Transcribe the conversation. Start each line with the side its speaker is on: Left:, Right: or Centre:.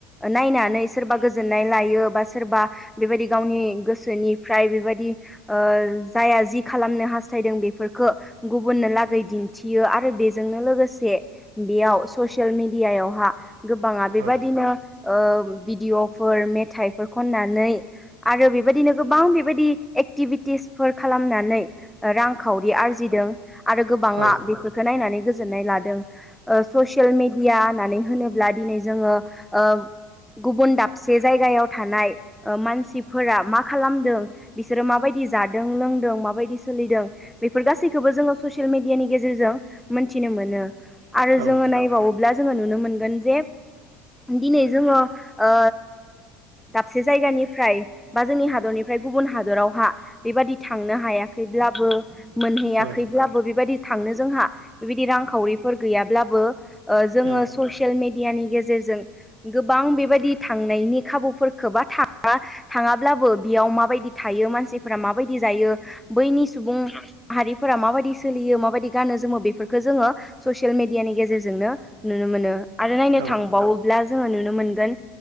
Centre: ओ-नायनानै सोरबा गोजोननाय लायो बा सोरबा बेबायदि गावनि गोसोनिफ्राय बेबायदि ओ- जाया जि खालामनो हास्थायदों बेफोरखौ गुबुननो लागै दिन्थियो आरो बेजोंनो लोगोसे बेयाव ससियेल मेडियायावहा गोबाङा बेबाददिनो
Right: औ
Centre: ओ-भिडिअ'फोर मेथाइफोर खननानै आरो बेबायदिनो गोबां बेबायदि एक्टिभिटिसफोर खालामनानै रांखावरि आरजिदों आरो गोबाङा
Right: औ
Centre: बेफोरखौ नायनानै गोजोननाय लादों। ओ-ससियेल मेडिया होननानै होनोब्ला दिनै जोङो ओ गुबुन दाबसे जायगायाव थानाय ओ-मानसिफोरा मा खालामदों बिसोरो माबाय दि जादों लोंदों माबायदि सोलिदों बेफोर गासैखौबो जोङो ससियेल मेडियानि गेजेरजों मोनथिनो मोनो। आरो
Right: औ
Centre: जोङो नायबावोब्ला जोङो नुनो मोनगोन जे दिनै जोङो ओ दाबसे जायगानिफ्राय बा जोंनि हादरनिफ्राय गुबुन हादरावहा बेबायदि थांनो हाया खैब्लाबो मोनहैयाखैब्लाबो
Right: औ औ
Centre: बेबायदि थांनो जोंहा बेबायदि रांखावरिफोर गैयाब्लाबो ओ-जोङो
Right: औ
Centre: ससियेल मेडियानि गेजेरजों जों गोबां बेबायदि थांनायनि खाबुफोरखौ बा थाङाब्लाबो बेयाव मा माबायदि थायो मानसिफोरा माबायदि जायो? बैनि सुबुं माहारिफोरा माबायदि सोलियो माबायदि गानो जोमो बेफोरखौो जोङो ससियेल मेडियानि गेजेरजोंनो नुनो मोनो आरो नायनो
Right: औ
Centre: थांबावो ब्ला जोङो नुनो मोनगोन